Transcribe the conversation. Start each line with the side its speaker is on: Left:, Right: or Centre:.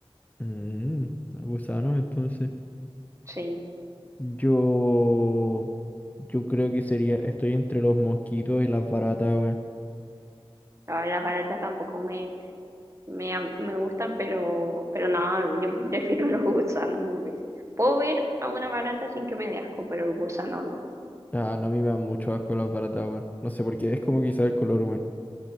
Left: Mm, gusanos, entonces.
Right: Sí,
Left: Yo, yo creo que sería, estoy entre los mosquitos y las baratas, weón.
Right: La- las baratas tampoco me, me, au- me gustan, pero, pero no, yo prefiero <laughs> los gusanos mil veces. Puedo ver a una barata sin que me dé asco, pero el gusano no.
Left: Ah, no, a mí me dan mucho asco las baratas, weón. No sé por qué, es como quizá el color, weón.